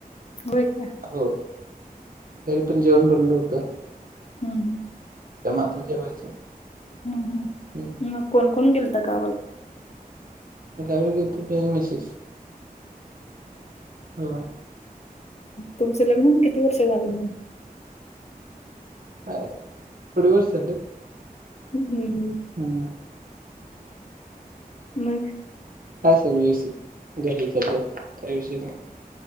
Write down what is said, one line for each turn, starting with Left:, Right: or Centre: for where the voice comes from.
Left: हो का?
Right: हो घरी पण जेवण बनल होतं.
Left: हम्म हम्म
Right: ते मता जेवायचं-
Left: हम् हम
Right: हम्म
Left: मग कोण कोण गेलता गावाला?
Right: गावी गेलतो मी आणि मिसेस ह
Left: तुमच लग्न होऊन किती वर्ष झालं मग?
Right: ह थोडी वर्सल <unintelligible>
Left: हम् हम्म
Right: हम्म
Left: मग
Right: काय सगळ व्यवस्थित काही विषय नाही